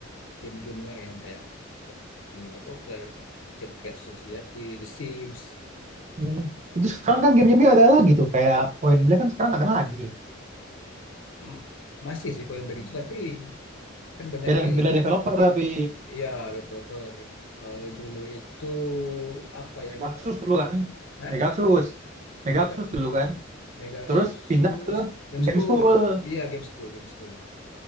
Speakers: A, on the left; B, on the right.
A: game-gamenya yang kayak Zynga Poker, Cat Cat Society, The Sims
B: Iya. Itu sekarang kan game-game ada lagi tuh. Kayak Point Blank kan sekarang ada lagi.
A: M- masih sih kalau yang begitu tapi kan banyak
B: Beda,
A: pilih
B: beda developer tapi
A: ya developer kalau dulu itu apa ya
B: Megaxus
A: lupa
B: dulu kan.
A: Hah?
B: Megaxus. Megaxus
A: Mega
B: dulu kan.
A: Mega
B: Terus
A: Sus
B: pindah ke
A: Game
B: Game
A: School
B: School.
A: iya Game School Game School